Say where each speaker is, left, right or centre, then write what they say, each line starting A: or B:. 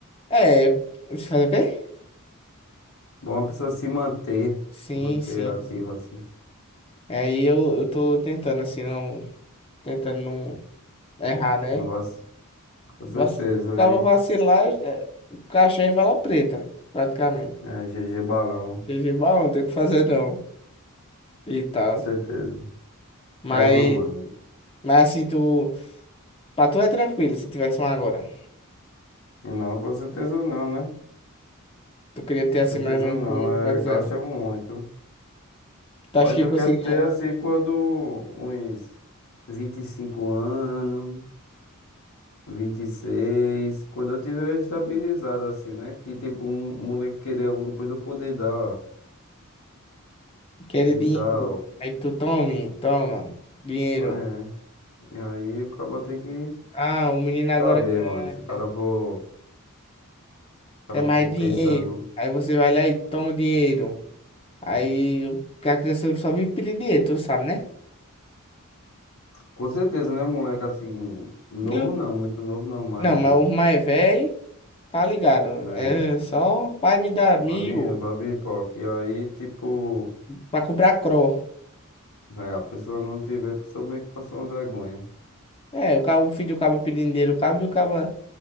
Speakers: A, on the left; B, on the left.
A: É, fazer o quê?
B: Bom a pessoa se manter,
A: Sim,
B: se manter
A: sim,
B: ativa
A: sim.
B: assim.
A: Aí eu, eu tô tentando, assim, não. Tentando não errar, né?
B: Não vai... se- Com
A: Vac...
B: certeza,
A: Tava
B: aí.
A: vacilar, é, caixão em vala preta, praticamente.
B: É, GG Balão,
A: Futebol não tem o que fazer não. E tal.
B: com certeza.
A: Mas,
B: É, meu mano.
A: mas assim, tu. Pra tu é tranquilo se tivesse um agora.
B: Não, com certeza não, né?
A: Tu queria ter
B: Com
A: assim
B: certeza
A: mais ou menos
B: não,
A: com
B: é,
A: quantos
B: gasta
A: anos?
B: muito.
A: Tu
B: Pois
A: acha que
B: eu
A: conseguiria
B: quero ter assim quando uns 25 anos, 26 quando eu tiver estabilizado assim, né? Que tipo, um moleque querer alguma coisa eu poder dar
A: querer
B: e
A: dinheiro?
B: tal.
A: Aí tu tome, toma, dinheiro.
B: É, e aí o cara tem que
A: Ah, o menino agora
B: saber,
A: quer,
B: mano, se o
A: né,
B: cara for, se o cara
A: quer mais
B: for
A: dinheiro.
B: pensando.
A: Aí você vai lá e toma o dinheiro. Aí o- a criança só vive pedir dinheiro, tu sabe, né?
B: Com certeza, né, moleque, assim, novo
A: Porque eu-
B: não, muito novo não, mas,
A: não, mas o mais velho, tá ligado?
B: né,
A: É só pai me dá mil
B: só dinheiro pra pipoca. E aí, tipo,
A: pra comprar cro
B: é, a pessoa não tiver, a pessoa meio que passou uma vergonha.
A: É, o cabo, o filho do cabo pedindo dinheiro, o cabo e o cabo. ah,